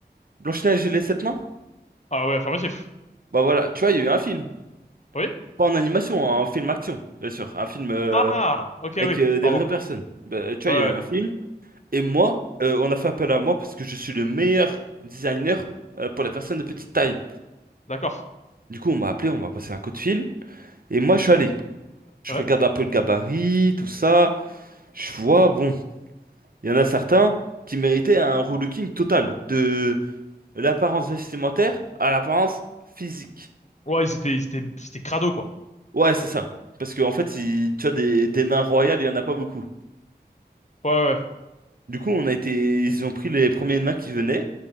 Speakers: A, on the right; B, on the left.
A: Blanche-Neige et les sept nains?
B: Ah oui, affirmatif.
A: Bah voilà, tu vois, il y a eu un film.
B: Oui?
A: Pas en animation, un film action, bien sûr. Un film euh,
B: Ah, ok,
A: avec
B: oui,
A: euh, des
B: pardon.
A: vraies personnes. Bah, tu vois,
B: Ouais,
A: il
B: ouais.
A: y a eu un film. Et moi, euh, on a fait appel à moi parce que je suis le meilleur designer euh, pour les personnes de petite taille.
B: d'accord.
A: Du coup, on m'a appelé, on m'a passé un coup de fil. Et moi, je suis allé. Je
B: Ouais.
A: regarde un peu le gabarit, tout ça. Je vois, bon, il y en a certains qui méritaient un relooking total. De l'apparence vestimentaire à l'apparence physique.
B: Ouais, ils étaient, ils étaient, ils étaient crado, quoi.
A: Ouais, c'est ça. Parce qu'en fait, il- tu as des, des nains royaux, il y en a pas beaucoup.
B: Ouais, ouais.
A: Du coup, on a été, ils ont pris les premiers nains qui venaient.